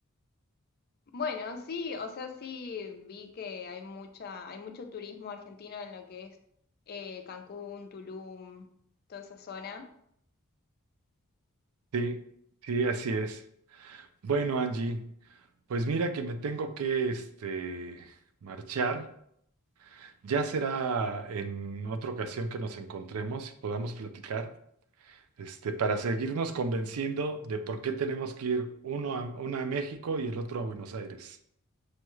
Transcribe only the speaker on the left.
Bueno, sí, o sea, sí vi que hay mucha, hay mucho turismo argentino en lo que es eh, Cancún, Tulum, toda esa zona.